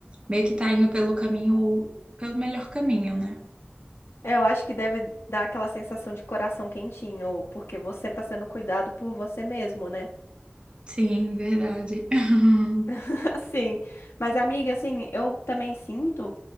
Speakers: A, on the right; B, on the left.
A: meio que tá indo pelo caminho, pelo melhor caminho, né?
B: É, Eu acho que deve dar aquela sensação de coração quentinho, porque você tá sendo cuidado por você mesmo, né?
A: Sim, verdade. <laughs>
B: <laughs> Assim. Mas, amiga, assim, eu também sinto